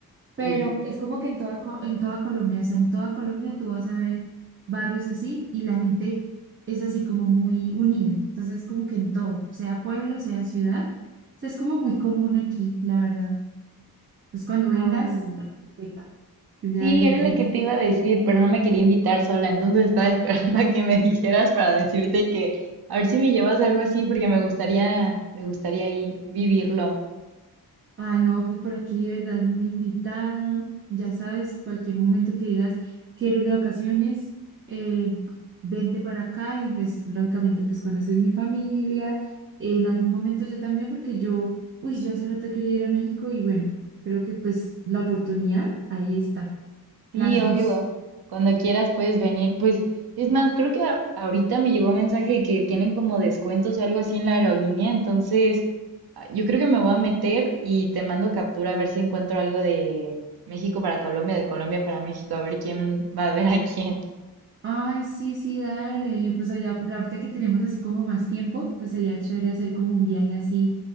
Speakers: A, on the right; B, on the right.
A: pero
B: Uy.
A: es como que en toda, Co- en toda Colombia, o sea, en toda Colombia tú vas a ver barrios así y la gente es así como muy unida. Entonces como que en todo, sea pueblo, sea ciudad, o sea, es como muy común aquí, la verdad. Entonces, cuando vengas,
B: Ah,
A: te das cuenta que un día
B: sí,
A: deberías
B: era lo
A: venir.
B: que te iba a decir, pero no me quería invitar sola, entonces estaba <laughs> esperando a que me dijeras para decirte que a ver si me llevas algo así, porque me gustaría, me gustaría ahí vivirlo.
A: Ay, no, pues por aquí de verdad muy invitada. Ya sabes, cualquier momento que digas, quiero ir de vacaciones, eh, vente para acá y pues lógicamente pues conoces mi familia. En algún momento yo también, porque yo, uy, yo hace rato quería ir a México y bueno, creo que pues la oportunidad ahí está,
B: Sí,
A: las
B: obvio,
A: dos.
B: cuando quieras puedes venir. Pues es más, creo que a- ahorita me llegó un mensaje de que tienen como descuentos o algo así en la aerolínea, entonces ah, yo creo que me voy a meter y te mando captura a ver si encuentro algo de México para Colombia, de Colombia para México, a ver quién va a ver a quién.
A: Ay, sí, sí, dale. Y pues allá, por ahorita que tenemos así como más tiempo, pues sería chévere hacer como un viaje así